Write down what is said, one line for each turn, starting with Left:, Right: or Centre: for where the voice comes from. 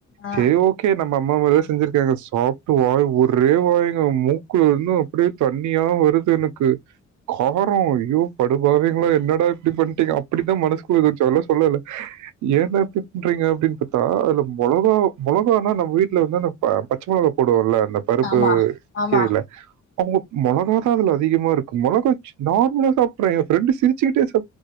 Left: ஆ
Right: கே நம்ம அம்மா மாரி செஞ்சிருக்காங்க சாப்ட்டு வாய் ஒ ரே வாய்ங்க மூக்குலந்து அப்டியே தண்ணியா வருது எனக்கு காரோ ஐயோ படுபாவிங்களா என்னடா இப்டி பண்ணிட்டீங்க அப்படித்தா மனசுக்கு குள்ளருந்துச்சு ஆனா சொல்லல ஏன்டா இப்டி பண்றீங்க அப்டின்னு பாத்தா அதுல மொளாகா மொளகனா நம்ம வீட்ல வந்து ப பச்ச மொளகா போடுவோம்ல அந்த பருப்பு
Left: ஆமா ஆமா
Right: கீரைல அவங்க மொளகா தா அதுல அதிகமா இருக்கு மொளகா நார்மலா சாப்பிடுறே என் ஃப்ரெண்டு சிரிச்சுக்கிட்டே சா